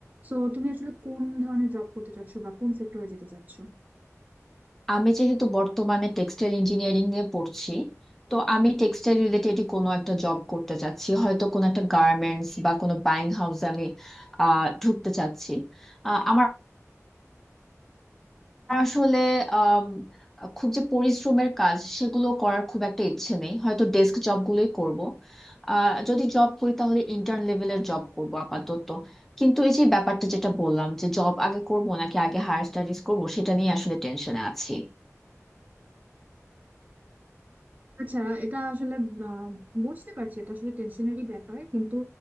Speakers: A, on the right; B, in the centre.
A: তো তুমি আসলে কোন ধরনের জব করতে চাচ্ছো বা কোন সেক্টরে যেতে চাচ্ছো
B: আমি যেহেতু বর্তমানে টেক্সটাইল ইঞ্জিনিয়ারিং এ পড়ছি তো আমি টেক্সটাইল রিলেটেড কোনো একটা জব করতে চাচ্ছি হয়তো কোনো একটা গার্মেন্টস বা কোনো বাইং হাউসে আমি আহ, ঢুকতে চাচ্ছি আহ, আমার আসলে আম, খুব যে পরিশ্রমের কাজ সেগুলো করার খুব একটা ইচ্ছে নেই হয়তো ডেস্ক জবগুলোই করব আহ, যদি জব করি তাহলে ইন্টার্ন লেভেলের জব করব আপাতত কিন্তু এই যে ব্যাপারটা যেটা বললাম যে জব আগে করব নাকি আগে হায়ার স্টাডিজ করব সেটা নিয়ে আসলে টেনশনে আছি
A: আচ্ছা এটা আসলে আহ, বুঝতে পারছি এটা আসলে টেনশনেরই ব্যাপার কিন্তু